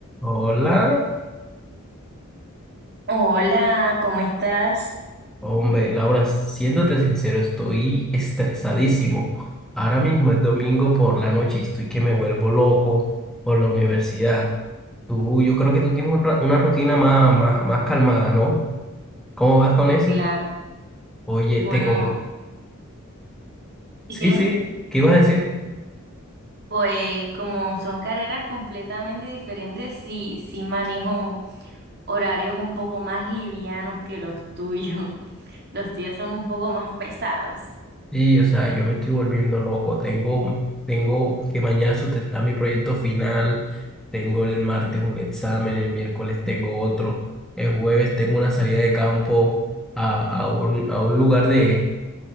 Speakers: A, in the centre; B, on the right.
A: Hola,
B: Hola, ¿cómo estás?
A: hombre, Laura, siéndote sincero, estoy estresadísimo. Ahora mismo es domingo por la noche y estoy que me vuelvo loco por la universidad. Tú, yo creo que tú tienes un ra- una rutina más, más, más calmada, ¿no? ¿Cómo vas con
B: Y
A: eso?
B: claro.
A: Oye,
B: Bueno,
A: te con...
B: y
A: Sí,
B: dime,
A: sí, ¿qué ibas a decir?
B: pues como son carreras completamente diferentes, sí, sí manejo horarios un poco más livianos que los tuyos. <laughs> Los tuyos son un poco más pesados.
A: Sí, o sea, yo me estoy volviendo loco. Tengo, tengo que mañana sustentar mi proyecto final. Tengo el martes un examen, el miércoles tengo otro. El jueves tengo una salida de campo a, a un, a un lugar de,